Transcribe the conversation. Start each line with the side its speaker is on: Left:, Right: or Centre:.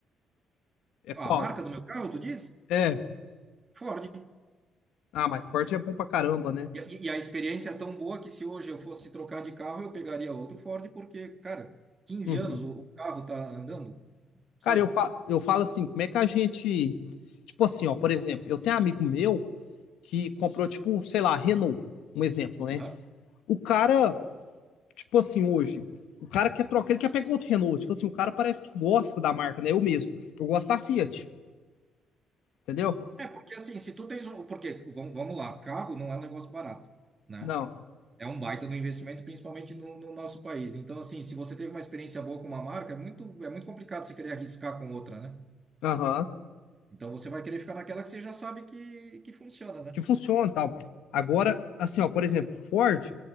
Left: É qual?
Right: A marca do meu carro, tu diz?
Left: É.
Right: Ford.
Left: Ah, mas Ford é bom pra caramba, né?
Right: E, e e a experiência é tão boa que se hoje eu fosse trocar de carro, eu pegaria outro Ford, porque, cara, quinze
Left: Uhum.
Right: anos o, o carro tá andando, sabe?
Left: Cara, eu, fa... eu falo assim, como é que a gente. Tipo assim, ó, por exemplo, eu tenho um amigo meu que comprou, tipo, sei lá, Renault, um exemplo, né?
Right: Aham.
Left: O cara, tipo assim, hoje, o cara quer trocar, ele quer pegar outro Renault. Tipo assim, o cara parece que gosta da marca, né? Eu mesmo. Eu gosto da Fiat, entendeu?
Right: Porque assim, se tu tens um. Porque, vamos, vamos lá, carro não é um negócio barato, né?
Left: Não.
Right: É um baita do investimento, principalmente no, no nosso país. Então, assim, se você teve uma experiência boa com uma marca, é muito, é muito complicado você querer arriscar com outra, né?
Left: Aham.
Right: Então, você vai querer ficar naquela que você já sabe que, que funciona, né?
Left: Que funciona e tal. Agora, assim, ó, por exemplo, Ford.